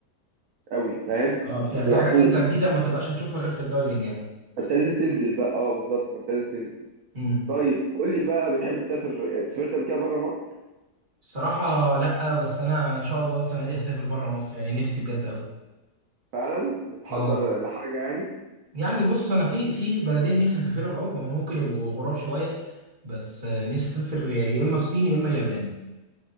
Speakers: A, on the right; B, on the right.
A: قوي فاهم
B: اه
A: مش
B: في
A: بتبقى
B: في حاجات
A: فوق
B: انت جديده ما تبقاش هتشوفها غير في الدايفنج يعني
A: فانت لازم تنزل بقى اه بالظبط فانت لازم تنزل
B: امم
A: طيب قول لي بقى بتحب تسافر سافرت قبل كده بره مصر
B: الصراحه لا بس انا ان شاء الله السنه دي هسافر بره مصر يعني نفسي بجد قوي
A: فعلا بتحضر
B: اه
A: لحاجة يعني
B: يعني بص انا في في بلدين نفسي اسافرهم قوي هم ممكن يبقوا غراب شويه بس آه، نفسي اسافر يا اما الصين يا اما اليابان